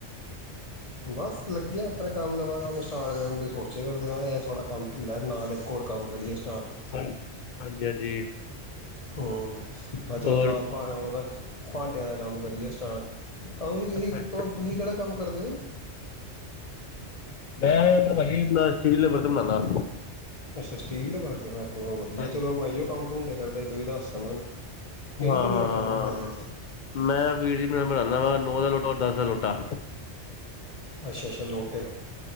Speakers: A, on the left (about 35°); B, on the left (about 55°).
A: ਬਸ ਲੱਗਿਆ ਆਪ ਕੰਮ ਨਵਾਂ ਕੰਮ ਸਟਾਰਟ ਕਰਨ ਤੇ ਸੋਚਿਆ ਕਰਦੇ ਮਾ ਥਹਾੜ੍ਹਾ ਕੰਮ ਢਿੱੱਲਲਾ ਨਾਲ ਇੱਕ ਹੋਰ ਕੰਮ ਕਰੀਏ, ਸਟਾਰਟ
B: ਹਾਂ, ਹਾਂਜੀ, ਹਾਂਜੀ,
A: ਹੂੰ, ਮੈਂ ਕਿਹਾ ਚਲੋ
B: ਹੋਰ
A: ਨਾਲ ਭਾਵਾਂ ਉਹਦਾ, ਭਾਂਡਿਆਂ ਦਾ ਕੰਮ ਕਰੀ ਸਟਾਰਟ? ਆਹੀ ਤੁਸੀਂ-ਤੁਸੀਂ
B: ਅੱਛਾ
A: ਕਿਹੜਾ, ਕੰਮ ਕਰਦੇ ਹੋ?
B: ਬ ਬਹੀ ਨਾ ਸਟੀਲ ਦੇ ਬਰਤਨ ਬਣਾਨਾ,
A: ਅੱਛਾ ਸਟੀਲ ਦੇ ਬਰਤਨ ਔ ਵਧੀਆ
B: ਹਾਂਜੀ
A: ਚਲੋ ਮੈਂ ਕੰਮ ਕਰਦਾ, ਤੁਸੀਂ ਦਸਤਾ ਮੈਨੂੰ, ਕਿਹੜੀ
B: ਹਾਂ-ਹਾਂ-ਹਾਂ-ਹਾਂ,
A: ਕਿਹੜੀ ਆਈਟਮ ਬਣਾ ਰਹੇ
B: ਮੈਂ ਵੀਰ ਜੀ ਬਣਾਦਾ ਵਾ, ਦਸਲੂਟਾ,
A: <unintelligible> ਅੱਛਾ-ਅੱਛਾ-ਅੱਛਾ